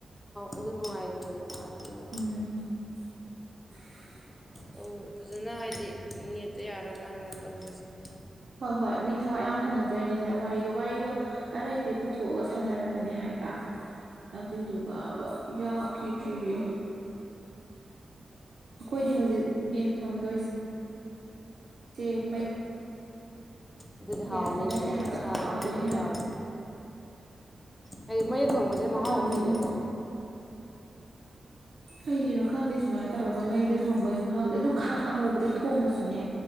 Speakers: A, on the left; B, on the right.
A: ꯑꯗꯨ ꯅꯨꯡꯉꯥꯏꯇꯦꯗꯅ ꯑꯗꯨꯅ
B: ꯎꯝ <unintelligible>
A: ꯍꯣꯏ ꯐꯖꯅ ꯍꯥꯏꯗꯤ ꯅꯦꯠꯇ ꯌꯥꯔ ꯀꯥꯟꯅꯗ ꯇꯧꯁꯦ <inaudible>
B: ꯍꯣꯏ ꯍꯣꯏ ꯃꯤ ꯊꯋꯥꯏ ꯌꯥꯝ ꯁꯥꯟꯅꯖꯔꯤꯅꯤꯗ ꯋꯥꯔꯤꯗꯣ ꯋꯥꯔꯤꯗꯣ ꯑꯔꯈꯩ ꯄꯨꯊꯣꯛꯑꯒ ꯁꯥꯟꯅꯔꯕꯅꯦ ꯍꯥꯏꯕ ꯑꯗꯨꯏꯗꯨꯒꯕ ꯌꯥꯈꯤꯗ꯭ꯔꯤꯌꯦ ꯑꯩꯈꯣꯏꯗꯤ ꯍꯧꯖꯤꯛ ꯌꯦꯟ ꯊꯣꯡꯗꯣꯏꯁꯤ ꯆꯦ ꯃꯩ
A: ꯑꯗꯨꯗꯤ
B: ꯒ꯭ꯌꯥꯁꯇ
A: ꯍꯥꯎꯅꯤꯅꯦ
B: ꯅꯠꯇꯦ ꯍꯥꯏꯕ
A: ꯁꯥꯕ
B: ꯍꯥꯎꯗꯣꯏꯅꯦ
A: ꯎꯏ ꯎꯏ
B: ꯍꯥꯏꯕ
A: ꯂꯥꯎꯔ ꯍꯥꯏꯗꯤ ꯃꯌꯦꯛ
B: ꯎꯝ
A: ꯊꯪꯕꯕꯁꯤꯅ
B: ꯈꯔ
A: ꯃꯍꯥꯎ
B: ꯇꯧꯗꯣꯏꯅꯦ
A: ꯑꯃ ꯍꯦꯜꯂꯤꯀꯣ
B: ꯍꯧꯖꯤꯛ ꯀꯩꯒꯤꯅꯣ ꯈꯪꯗꯦ ꯁꯨꯃꯥꯏꯅ ꯇꯧꯔꯒ ꯃꯩꯗ ꯊꯣꯡꯕꯒꯤ ꯃꯍꯥꯎꯁꯦ ꯑꯗꯨ ꯈꯥꯡ ꯑꯃꯨꯕꯗ ꯊꯣꯡꯉꯁꯨꯅꯦ